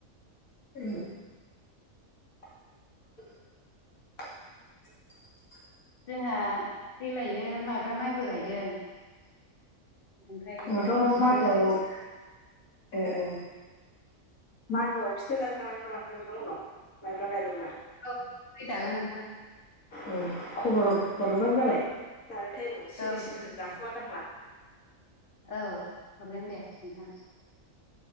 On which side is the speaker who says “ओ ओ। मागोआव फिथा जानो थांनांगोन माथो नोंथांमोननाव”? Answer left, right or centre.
Left